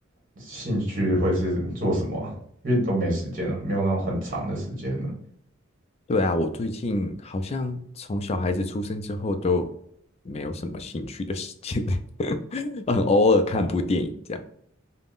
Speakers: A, on the right; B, on the left.
A: 兴趣会是做什么啊？因为你都没时间了，没有那种很长的时间了。
B: 对啊，我最近好像从小孩子出生之后都没有什么兴趣的事情，<laughs> 很偶尔看部电影这样。
A: 哇，